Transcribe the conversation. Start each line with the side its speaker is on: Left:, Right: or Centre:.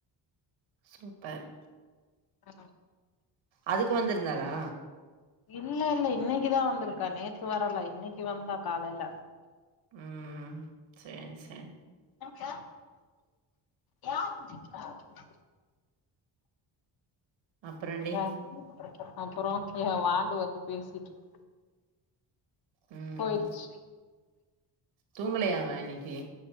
Right: சூப்பர்
Left: ஆ
Right: அதுக்கு வந்திருந்தாளா
Left: இல்ல இல்ல இன்னைக்குதா வந்திருக்கா நேத்து வரல இன்னைக்கு வந்தா காலைல
Right: ம் சேரி சேரி
Left: எனக்க யார்ா <inaudible>
Right: அப்புறடி
Left: அதா அப்புறோ ஏ வாண்டு வந்து பேசிட்டு இருக்
Right: ம்
Left: போயிருச்சு
Right: தூங்கலையா அவ இன்னைக்கு